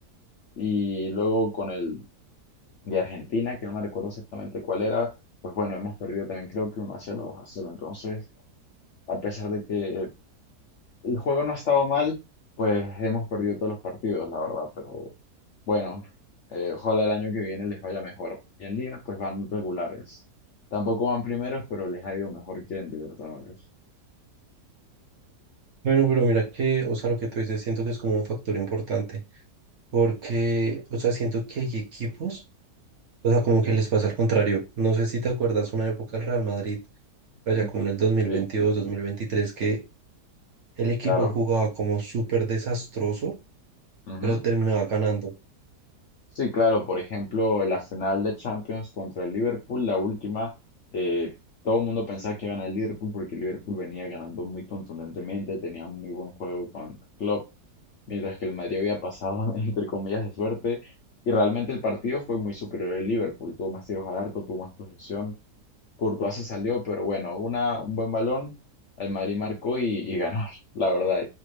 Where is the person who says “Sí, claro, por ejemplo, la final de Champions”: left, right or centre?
Left